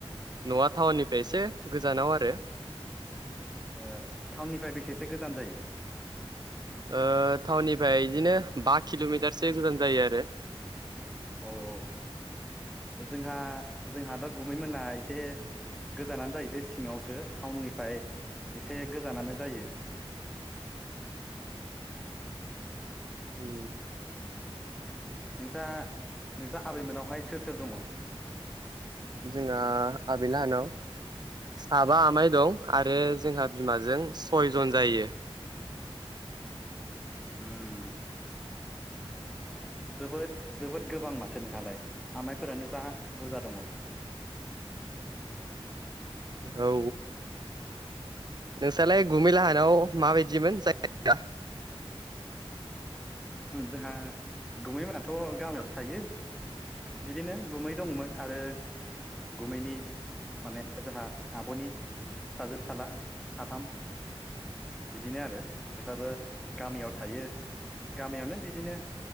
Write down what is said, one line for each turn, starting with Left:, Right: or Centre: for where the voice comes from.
Right: न'आ टाउननिफ्राय एसे गोजानाव आरो
Centre: ओ टाउननिफ्राय बेसेसो गोजान जायो
Right: ओ टाउननिफ्राय इदिनो बा किल'मिटारसो गोजान जायो आरो
Centre: औ औ जोंहा जोंहाथ' गुमैमोना एसे गोजानानो जायोसै सिङावसो टाउननिफ्राय एसे गोजानानो जायो
Right: <inaudible> उम
Centre: नोंसा नोंसा आबैमोनावहाय सोर सोर दङ
Right: जोंहा आबैलाहानाव साबा आमाइ दं आरो जोंहा बिमाजों सयजन जायो <inaudible>
Centre: उम जोबोद जोबोद गोबां माथो नोंहालाय आमाइफोरानो जा बुरजा दङ <inaudible>
Right: औ नोंस्रालाय गुमैलाहानाव मा बायदिमोन जायगाया
Centre: जोंहा गुमै मोनाथ' गामियावसो थायो बिदिनो गुमै दङमोन आरो गुमैनि माने जोंहा आब'नि फिसाजो फिसाला साथाम बिदिनो आरो बिसाबो गामियाव थायो गामियावनो बिदिनो